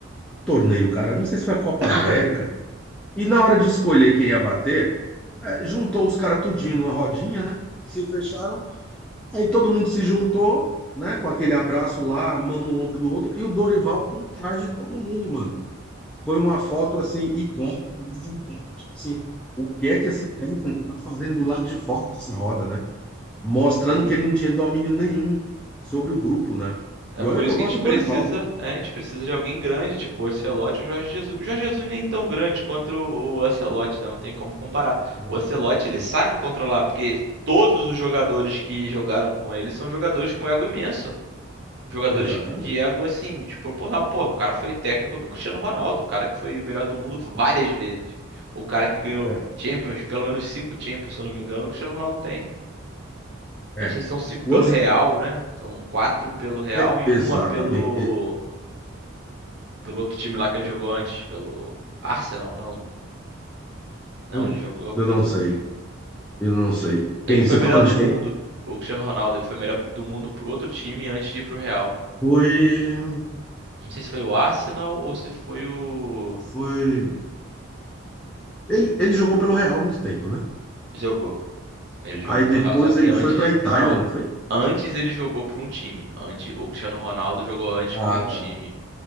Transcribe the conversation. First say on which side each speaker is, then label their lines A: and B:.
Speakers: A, in the centre; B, on the right (about 55°).
A: torneio, cara. Não sei se foi a Copa
B: <coughs>
A: América. E na hora de escolher quem ia bater, é, juntou os caras tudinho numa rodinha, né? Se fecharam Aí todo mundo se juntou, né, com aquele abraço lá, a mão no ombro do outro, e o Dorival por trás de todo mundo, mano. Foi uma foto assim, icônica, mas icônica, tipo assim, o que é que esse técnico tá fazendo do lado de fora dessa roda, né? Mostrando
B: sim.
A: que ele não tinha domínio nenhum sobre o grupo, né?
B: É
A: E
B: por
A: olha que
B: isso
A: eu
B: que
A: gosto
B: a gente
A: do
B: precisa,
A: Dorival, viu?
B: é, a gente precisa de alguém grande, tipo o Ancelotti ou o Jorge Jesus. O Jorge Jesus nem tão grande quanto o o Ancelotti, né? Não tem como comparar. O
A: É,
B: Ancelotti, ele
A: é,
B: sabe controlar, porque todos os jogadores que jogaram com ele são jogadores com ego imenso. Jogadores
A: exatamente.
B: que- de ego, assim, desproporcional. Pô, o cara foi técnico do Cristiano Ronaldo, o cara que foi o melhor do mundo várias vezes. O cara que ganhou
A: É,
B: Champions, pelo menos cinco Champions, se eu não me engano, o Cristiano Ronaldo tem. Eu
A: é.
B: não sei se são cinco pelo
A: O Ancelotti,
B: Real, né? São quatro pelo Real
A: é,
B: e
A: exatamente.
B: uma pelo
A: E-
B: pelo outro time lá que ele jogou antes, pelo Arsenal, não. Não,
A: hum,
B: ele jogou pelo.
A: eu não sei, eu não sei. Quem?
B: Ele foi
A: Você
B: melhor
A: tá falando
B: do
A: de
B: mundo,
A: quem?
B: o Cristiano Ronaldo, ele foi melhor do mundo pro outro time antes de ir pro Real.
A: Foi.
B: Não sei se foi o Arsenal ou se foi o.
A: Foi. Ele, ele jogou pelo Real há muito tempo, né?
B: Jogou. Ele jogou
A: Aí
B: pelo
A: depois
B: Real, só que
A: ele
B: antes.
A: foi pra Itália,
B: Não, não.
A: não foi?
B: Antes ele jogou por um time. Antes... O Cristiano Ronaldo jogou antes
A: Ah,
B: por um
A: tá.
B: time.